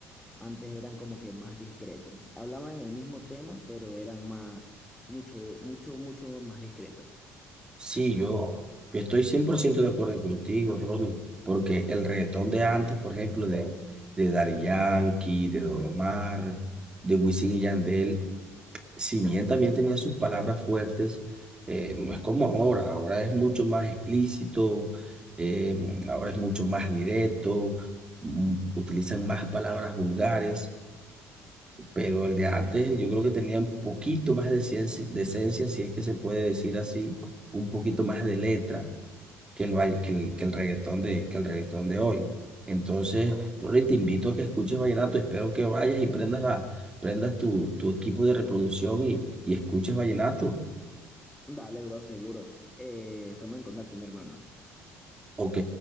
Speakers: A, in the centre; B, on the right.
A: antes eran como que más discretos. Hablaban el mismo tema, pero eran más, mucho, mucho, mucho más discretos.
B: Sí, yo, yo estoy 100% de acuerdo contigo, Ronnie, porque el reggaetón de antes, por ejemplo, de, de Daddy Yankee, de Don Omar, de Wisin y Yandel, si bien también tenía sus palabras fuertes, eh, no es como ahora, ahora es mucho más explícito, eh, ahora es mucho más directo, mm, utilizan más palabras vulgares, pero el de antes yo creo que tenía un poquito más de ciencia, de esencia, si es que se puede decir así, un poquito más de letra que el, valle- que el, que el reggaetón de, que el reggaetón de hoy. Entonces, Rory, te invito a que escuches vallenato. Espero que vayas y prendas, la, prendas tu, tu equipo de reproducción y, y escuches vallenato.
A: Dale, bro, seguro. Eh, estamos en contacto, mi hermano.
B: Ok.